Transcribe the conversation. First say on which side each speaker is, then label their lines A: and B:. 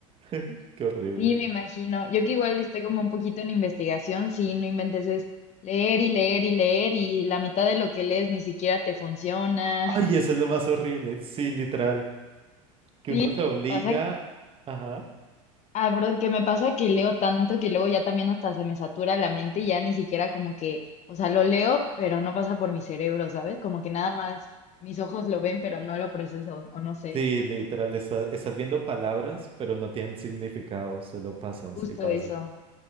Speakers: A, on the right; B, on the left.
A: <laughs> Qué horrible.
B: sí, me imagino. Yo que igual estoy como un poquito en investigación, sí, no inventes, es leer y leer y leer y la mitad de lo que lees ni siquiera te funciona.
A: Ay, eso
B: <laughs>
A: es lo más horrible, sí, literal, que
B: Sí,
A: uno se obliga,
B: pasa,
A: ajá,
B: ah, bro, que me pasa que leo tanto que luego ya también hasta se me satura la mente y ya ni siquiera como que, o sea, lo leo, pero no pasa por mi cerebro, ¿sabes? Como que nada más mis ojos lo ven, pero no lo proceso, o no sé.
A: sí, literal, está- estás viendo palabras, pero no tienen significado, solo pasas
B: Justo
A: y pasas.
B: eso.